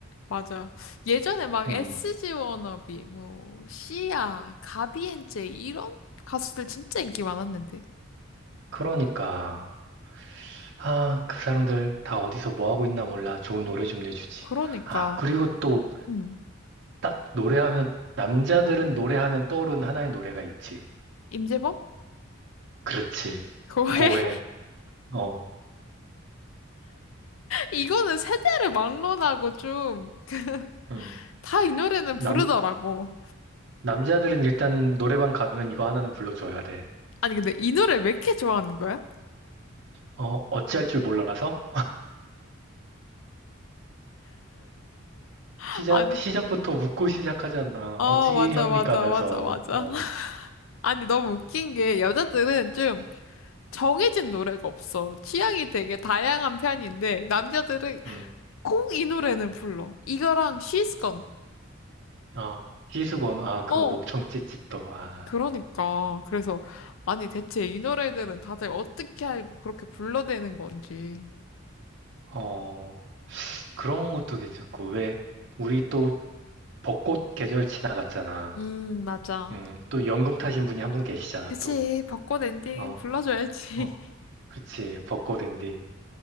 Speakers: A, on the left; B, on the right.
A: 맞아. 예전에 막
B: 음,
A: SG 워너비, 뭐, 시아, 가비엔제 이런 가수들 진짜 인기 많았는데.
B: 그러니까. 아, 그 사람들 다 어디서 뭐 하고 있나 몰라. 좋은 노래 좀 내주지.
A: 그러니까,
B: 아, 그리고 또
A: 음,
B: 딱 노래하면, 남자들은 노래하면 떠오르는 하나의 노래가 있지.
A: 임재범?
B: 그렇지.
A: 거의
B: 고해.
A: <laughs>
B: 어,
A: 이거는 세대를 막론하고 좀, 그
B: 응.
A: 다이 노래는
B: 남,
A: 부르더라고.
B: 남자들은 일단 노래방 가면 이거 하나는 불러줘야 돼.
A: 아니, 근데 이 노래 왜 이렇게 좋아하는 거야?
B: 어, 어찌할 줄 몰라서?
A: <laughs>
B: 시작,
A: 아니,
B: 시작부터 묻고 시작하잖아.
A: 어,
B: 어찌합니까
A: 맞아, 맞아,
B: 하면서,
A: 맞아, 맞아.
B: 어,
A: <laughs> 아니, 너무 웃긴 게 여자들은 좀 정해진 노래가 없어. 취향이 되게 다양한 편인데, 남자들은
B: 응.
A: 꼭 이 노래는 불러. 이거랑 She's Gone.
B: 어, 희수건, 아, 그거
A: 어.
B: 목청 찢찢도, 아,
A: 그러니까. 그래서, 아니, 대체 이 노래들은 다들 어떻게 알고 그렇게 불러대는 건지.
B: 어, 그런 것도 괜찮고, 왜, 우리 또 벚꽃 계절 지나갔잖아.
A: 음, 맞아.
B: 응, 또 연금 타신 분이 한 분 계시잖아,
A: 그치.
B: 또.
A: 벚꽃 엔딩
B: 어,
A: 불러줘야지.
B: 어,
A: <laughs>
B: 그치, 벚꽃 엔딩.